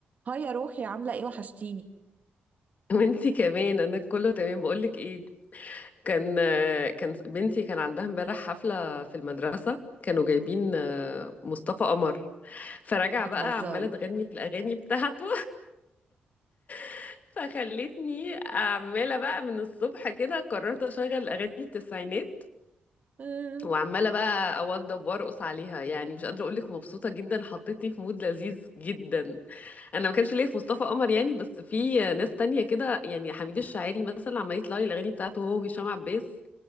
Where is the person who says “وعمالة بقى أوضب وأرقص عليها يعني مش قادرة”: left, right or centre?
Left